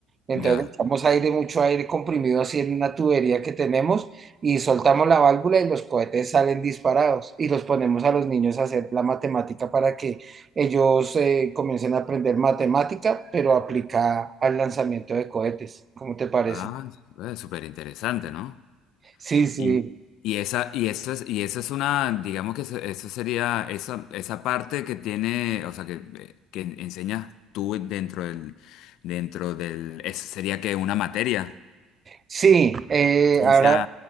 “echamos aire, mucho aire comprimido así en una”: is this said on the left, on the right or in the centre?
Right